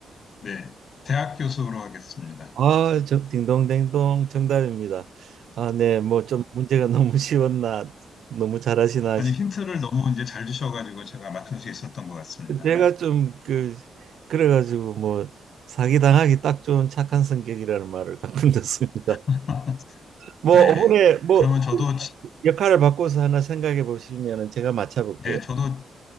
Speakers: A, on the left; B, on the right.
A: 네. 대학 교수로 하겠습니다.
B: 아, 저 딩동댕동 정답입니다. 아, 네. 뭐 좀 문제가 <laughs> 너무 쉬웠나, 너무 잘하시나.
A: 아니,
B: 싶-
A: 힌트를 너무 이제 잘 주셔가지고 제가 맞출 수 있었던 것 같습니다.
B: 제가 좀 그 그래가지고 뭐 사기 당하기 딱 좋은 착한 성격이라는 말을 가끔 <laughs> 듣습니다.
A: <laughs>
B: 뭐
A: 네.
B: 이번에 뭐
A: 그러면 저도, 지-
B: 역할을 바꿔서 하나 생각해 보시면은 제가 맞춰볼게요.
A: 네, 저도